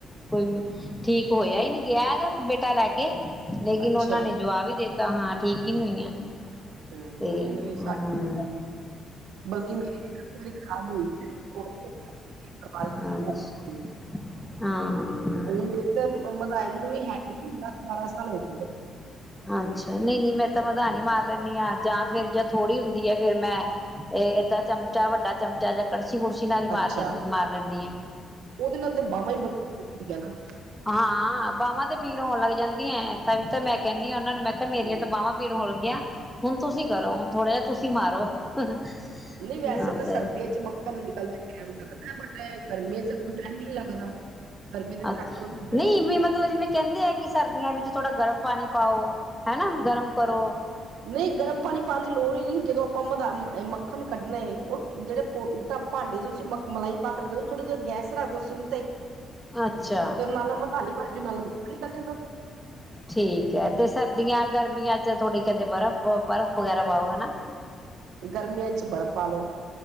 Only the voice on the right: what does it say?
ਅੱਛਾ
ਹੂੰ
ਨਹੀਂ ਨਹੀਂ
ਬਲਕਿ ਮੇਰੀ ਵੀ ਇਕ ਅੱਧੀ ਵਾਰੀ ਖਰਾਬ
ਹੋਈ
<inaudible> <unintelligible> ਤੇ ਮਦਾਨੀ ਨੂੰ ਵੀ ਹੈਡੀ ਨੂੰ ਦਸ ਬਾਰਾਂ ਸਾਲ ਹੋ ਚੁਕੇ ਨੇ
ਅੱਛਾ
ਉਹਦੇ ਨਾਲ ਤੇ ਬਾਾਹਵਾਂ ਹੀ, ਬੜੀਆਂ ਦੁੱਖ ਦੀਆਂ ਨਾ।
ਹੂੰ,
ਨਹੀਂ ਵੈਸੇ ਤਾਂ ਸਰਦੀਆਂ
ਚ ਮੱਖਣ ਨਿਕਲਦੇ ਟੈਮ ਲੱਗਦਾ, ਬਟ ਗਰਮੀ ਚ ਕੋਈ ਟਾਈਮ ਹੀ ਨੀ ਲੱਗਦਾ ਗਰਮੀ ਦੇ ਝੱਟ
ਹੋ ਜਾਂਦਾ
ਨਹੀਂ ਗਰਮ ਪਾਣੀ ਪਾਉਣ ਦੀ ਲੋੜ ਹੀ ਨਈ, ਜਦੋਂ ਆਪਾਂ ਮੱਖਣ ਕੱਢਣਾ ਹੈ ਉਹ ਜਿਹੜੇ ਭਾਂਡੇ ਤੁਸੀਂ ਮਲਾਈ ਪਾ ਕੇ ਰੱਖਦੇ ਹੋ, ਥੋੜਾ ਜਿਹਾ ਗੈਸ ਰੱਖ ਦਿਓ ਸਿਮ ਤੇ
ਤੇ ਨਾਲ- ਨਾਲ ਮਧਾਨੀ ਮਾਰੀ ਜਾਓ ਨਾਲ- ਨਾਲ ਮੱਖਨ ਨਿਕਲ ਜਾਂਦਾ ਉਥੇ
ਗਰਮੀਆਂ ਚ ਬਰਫ਼ ਪਾ ਲਉ